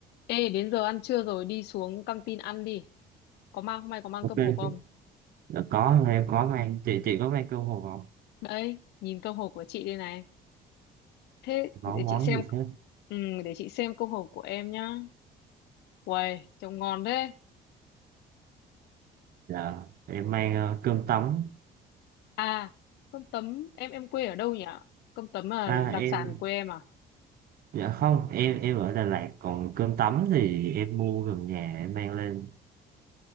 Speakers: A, on the left; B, on the right.
A: Ê, đến giờ ăn trưa rồi, đi xuống căng tin ăn đi. Có mang, hôm nay có mang
B: ok
A: cơm hộp không?
B: chứ dạ, có em có mang chị chị có mang cơm hộp không
A: Đấy, nhìn cơm hộp của chị đây này. Thế,
B: món
A: để
B: món
A: chị xem,
B: gì thế
A: ừ, để chị xem cơm hộp của em nhá. Uầy, trông ngon thế.
B: dạ em mang ờ, cơm tấm
A: À, cơm tấm, em em quê ở đâu nhỉ? Cơm tấm là
B: à
A: đặc
B: em
A: sản quê em à?
B: dạ không em em ở Đà Lạt còn cơm tấm thì em mua gần nhà em mang lên